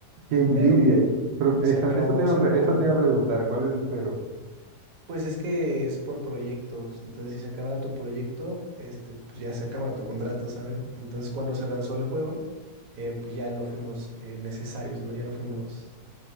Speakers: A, on the right; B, on the right.
A: qué envidia.
B: Pero
A: Pero esa-
B: se acabó,
A: eso te iba
B: se
A: a, pre-
B: acabó.
A: eso te iba a preguntar, ¿cuál era el pero?
B: Pues es que es por proyectos, entonces si se acaba tu proyecto, este, pues ya se acaba tu contrato, ¿sabes? Entonces cuando se lanzó el juego, eh, pues ya no fuimos eh, necesarios, ¿no? Ya no fuimos